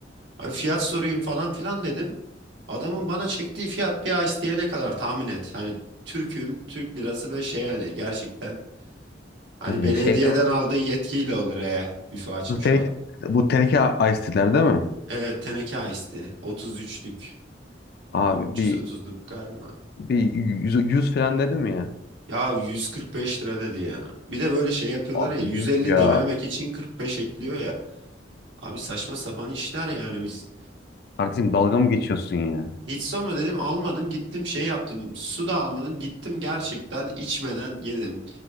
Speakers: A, on the right; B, on the left.
A: Abi fiyat sorayım falan filan dedim. Adamın bana çektiği fiyat bir ice diye ne kadar tahmin et. Hani Türk'üm, Türk lirası ve şey yani gerçekten. Hani
B: Ee,
A: belediyeden
B: şey değil mi?
A: aldığı yetkiyle olur e. Büfe açmış
B: Bu teneke,
A: o adam.
B: bu teneke ice tea'ler değil mi?
A: Evet teneke ice tea. 33'lük.
B: Abi
A: 330'luk
B: bir
A: galiba.
B: bir yüz, yüz falan dedim ya.
A: Ya 145 lira dedi ya. Bir de böyle şey yapıyorlar
B: Abi
A: ya 150
B: yuh ya.
A: dememek için 45 ekliyor ya. Abi saçma sapan işler yani biz.
B: Kardeşim dalga mı geçiyorsun ya?
A: Hiç sonra dedim almadım gittim şey yaptım. Su da almadım gittim gerçekten içmeden yedim.